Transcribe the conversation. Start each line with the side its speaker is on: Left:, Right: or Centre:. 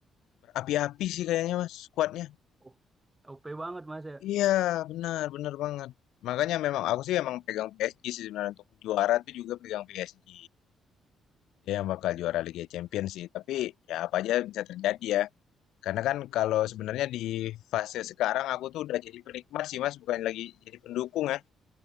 Left: berapi-api sih kayaknya Mas skuadnya.
Right: O- OP banget, Mas ya. <laughs>
Left: Iya, benar benar banget. Makanya memang aku sih emang pegang PSG sih sebenarnya untuk juara tuh juga pegang PSG. Dia yang bakal juara Liga Champions sih, tapi ya apa aja bisa terjadi ya. Karena kan kalau sebenarnya di fase sekarang aku tuh udah jadi penikmat sih Mas, bukan lagi jadi pendukung ya.